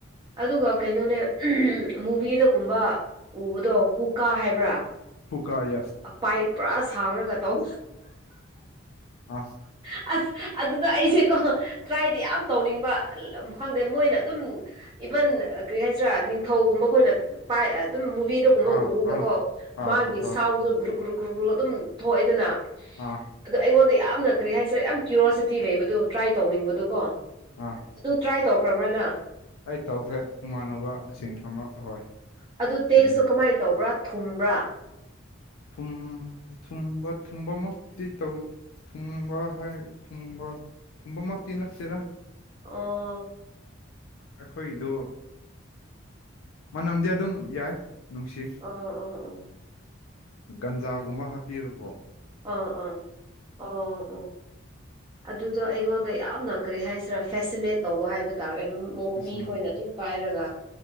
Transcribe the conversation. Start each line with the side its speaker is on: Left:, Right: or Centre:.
Right: ꯑꯗꯨꯒ ꯀꯩꯅꯣꯅꯦ ꯃꯨꯚꯗꯒꯨꯝꯕ ꯎꯕꯗꯣ ꯍꯨꯛ ꯀꯥ ꯍꯥꯏꯕ꯭ꯔꯥ
Left: ꯍꯨꯀꯥꯏ
Right: ꯄꯥꯏ ꯄꯨꯔꯥ ꯁꯥꯡꯔꯒ ꯇꯧ
Left: ꯑ
Right: ꯑꯁ ꯑꯗꯨꯗ ꯑꯩꯁꯦꯀꯣ ꯇ꯭ꯔꯥꯏꯗꯤ ꯌꯥꯝ ꯇꯧꯅꯤꯡꯕ ꯈꯪꯗꯦ ꯃꯣꯏꯅ ꯑꯗꯨꯝ ꯏꯚꯟ ꯀꯔꯤ ꯍꯥꯏꯁꯤꯔꯥ ꯅꯤꯡꯊꯧꯒꯨꯝꯕ ꯑꯩꯈꯣꯏꯅ ꯄꯥꯏ ꯑꯗꯨꯝ ꯃꯨꯚꯤ ꯁꯤꯗꯒꯨꯝꯕ
Left: ꯑꯥ
Right: ꯎꯈꯅꯀꯣ
Left: ꯑꯥ ꯑꯥ
Right: ꯃꯥꯒꯤ
Left: ꯍꯨꯀꯥ
Right: ꯁꯥꯎꯟꯁꯨ ꯒ꯭ꯔꯨ ꯒ꯭ꯔꯨ ꯒ꯭ꯔꯨ ꯒ꯭ꯔꯨ ꯑꯗꯨꯝ ꯊꯣꯛꯑꯦꯗꯅ
Left: ꯑꯥ
Right: ꯑꯗꯣ ꯑꯩꯉꯣꯟꯗ ꯌꯥꯝꯅ ꯀꯔꯤ ꯍꯥꯏꯁꯤꯔꯦ ꯌꯥꯝ ꯀ꯭ꯌꯨꯔꯣꯁꯤꯇꯤ ꯂꯩꯕꯗꯣ ꯇ꯭ꯔꯥꯏ ꯇꯧꯅꯤꯡꯕꯗꯣꯀꯣ
Left: ꯑꯥ
Right: ꯑꯗꯨ ꯇ꯭ꯔꯥꯏ ꯇꯧꯈ꯭ꯔꯕ꯭ꯔꯅꯪ
Left: ꯑꯩ ꯇꯧꯈ꯭ꯔꯦ ꯏꯃꯥꯟꯅꯕꯁꯤꯡ ꯑꯃ ꯍꯣꯏ
Right: ꯑꯗꯨ ꯇꯦꯁꯁꯨ
Left: ꯀꯩꯅꯣ
Right: ꯀꯃꯥꯏꯅ ꯇꯧꯕ꯭ꯔꯥ ꯊꯨꯝꯕ꯭ꯔꯥ
Left: ꯊꯨꯝ ꯊꯨꯝꯕ ꯊꯨꯝꯕꯃꯛꯇꯤ ꯇꯧ ꯊꯨꯡꯕ ꯍꯥꯏ ꯊꯨꯡꯕ ꯊꯨꯝꯕꯃꯛꯇꯤ ꯅꯠꯇꯦꯗ
Right: ꯑꯣ
Left: ꯑꯩꯈꯣꯏꯗꯣ ꯃꯅꯝꯗꯤ ꯑꯗꯨꯝ ꯌꯥꯏ ꯅꯨꯡꯁꯤ
Right: ꯑꯣ ꯑꯣ ꯑꯣ
Left: ꯒꯟꯖꯥꯒꯨꯝꯕ ꯍꯥꯞꯄꯤꯔꯣꯀꯣ
Right: ꯑꯥ ꯑꯥ ꯑꯣ ꯑꯣ ꯑꯗꯨꯗꯣ ꯑꯩꯉꯣꯟꯗ ꯌꯥꯝꯅ ꯀꯔꯤ ꯍꯥꯏꯁꯤꯔꯥ ꯐꯦꯁꯤꯅꯦꯠ ꯇꯧꯕ ꯍꯥꯏꯕ ꯇꯥꯔꯦ ꯃꯤ
Left: ꯑꯁꯅ
Right: ꯑꯩꯈꯣꯏꯅ ꯑꯗꯨꯝ ꯄꯥꯏꯔꯒ